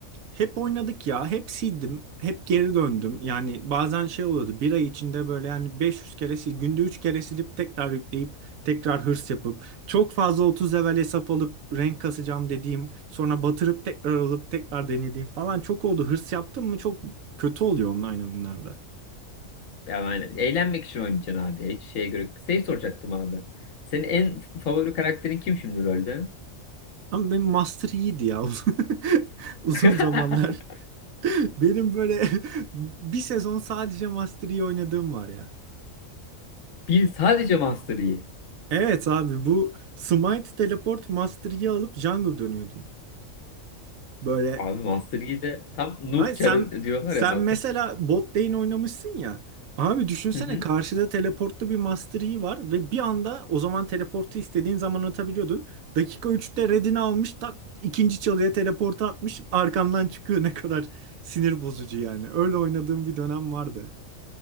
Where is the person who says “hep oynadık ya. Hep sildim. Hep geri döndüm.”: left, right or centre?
Right